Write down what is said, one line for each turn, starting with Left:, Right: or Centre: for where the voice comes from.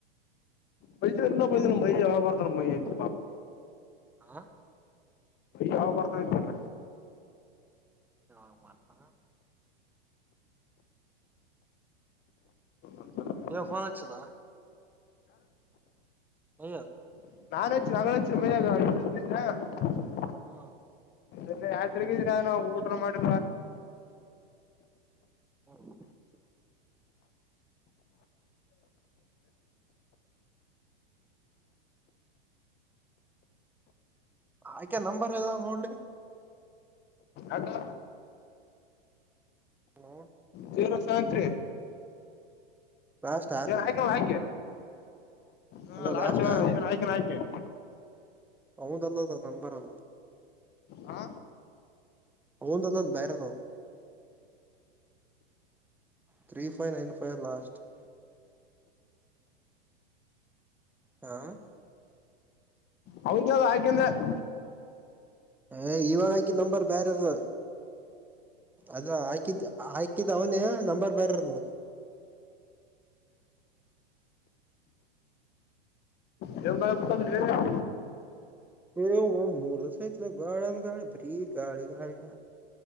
Left: ಪಯ ಎಲ್ಲ ಬ ನಮ್ಮ್ಯ ಬಾರತ ನಮ್ಮ್ ಮಯಂತ
Centre: ಆಾ
Left: ಯಾವಾಗ ಬರ್ತಾ ಇದತಲ್ಲ
Centre: ಾಗ ಮಾಡತ
Left: ಅಂತ
Centre: ಯವ ಫೋನ್ಚ್ಚಲ ಹೋ
Left: ನಾನಾು ನಂಗಾ
Centre: ಹಾ
Left: ಅ ರಾತ್ರಿಕ ನಾನು ಊಟ ಮಾಡಿ
Centre: ಹ್ಮ ಆಯ್ಕೆ ನಂಬರ್ ಅದ ನೋಡ್ರಿ
Left: ಅದು
Centre: ಹ್ಮ
Left: ಜೀರೋ ಸೆವೆನ್ ತ್ರೀ
Centre: ಲಾಸ್ಟಾ
Left: ಜನ್ ಹಕಲ್ಲ ಹಯಕೆ <unintelligible> ಹಾ
Centre: ಅದ
Left: ಲಡ್
Centre: ಲಾಸ್ಟಾ
Left: ಆಯ್ಕಾನ ಆಯ್ಕೆ <unintelligible>
Centre: ಹೌದಲ್ಲದ ನಂಬರ್ಲ್ಲ <inaudible>
Left: ಹಾ
Centre: ಹನ್ ತಲ್ಲ ಬಹರ ತ <unintelligible> three five nine five last <unintelligible> ಹಾ
Left: ಹೌನ್ ಅದ ಯಾಕೆಂದ್ರೆ <inaudible>
Centre: ಏ ಇವಾಗ ಹಾಕಿದ್ ನಂಬರ್ ಬ್ಯರೆಂದು ಅದ ಹಾಕಿದ್ ಹಾಕಿದ <inaudible> ಅವನ ನಂಬರ್ ಬರೆದು <inaudible>
Left: ದವ ಬಾಯ ಉತ್ತ ಹೇಳ <inaudible>
Centre: ್ ಮೂರ್ಸಲ ಗಾಳ ಗಾಳ ಭ್ರ ಗಾಳಿ ಗಾಳಿ ಗಾಳ <inaudible> ಹ